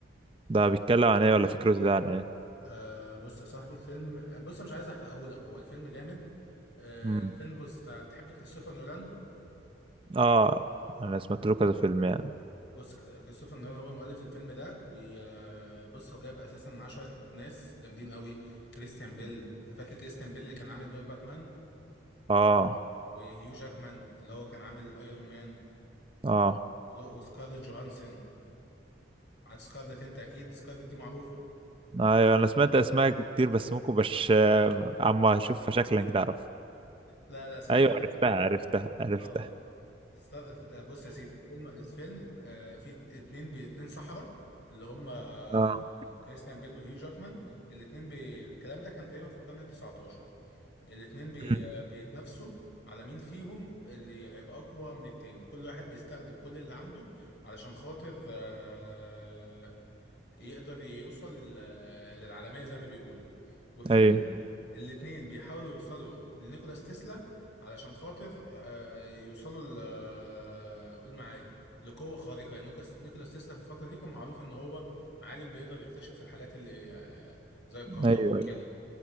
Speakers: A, on the right; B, on the left.
A: ده بيتكلم عن ايه ولا فكرته ده عن ايه
B: آه بص يا صاحبي الفيلم بص مش عايز احرقه لك هو الفيلم جامد آه
A: امم
B: الفيلم بص تع- تحب كريستوفر نولان
A: اه انا سمعت له كذا فيلم يعني
B: بص كر- كريستوفر نولان هو المؤلف الفيلم ده وبص هو جايب اساسا معاه شوية ناس جامدين قوي كريستيان بيل فاكر كريستيان بيل اللي كان عامل دور باتمان
A: اه
B: وهيو جاكمان اللي هو كان عامل ايرون مان
A: اه
B: ود- وسكارلت جوهانسون عارف سكارلت انت اكيد سكارلت دي معروفه
A: ايوه انا سمعت اسماء كتير بس ممكن بش آه، اما اشوف شكلا كده اعرف
B: لا لا سكارلت
A: ايوه عرفتها عرفتها عرفتها
B: اه اه است- آه، بص يا سيدي الفيلم الفيلم آه، فيه ات- اتنين باتنين سحرة اللي هم آه،
A: اه
B: كريستيان بيل وهيو جاكمان الاتنين بي... الكلام ده كان تقريبا في القرن ال 19 الاتنين بي...
A: أمم،
B: آه، بيتنافسوا على مين فيهم اللي هيبقى أقوى من التاني كل واحد بيستخدم كل اللي عنده علشان خاطر آه، يقدر يوصل لل... للعالمية زي ما بيقولوا والفيلم
A: ايوه
B: ده الاتنين بيحاولوا يوصلوا لنيكولاس تسلا علشان خاطر آه، يوصلوا ل آه، قول معايا لقوة خارقة يعني نيكولاس نيكولاس تسلا في الفترة دي كان معروف ان هو عالم بيقدر يكتشف الحاجات اللي آه، زي الكهرباء
A: ايوه
B: وكده
A: ايوه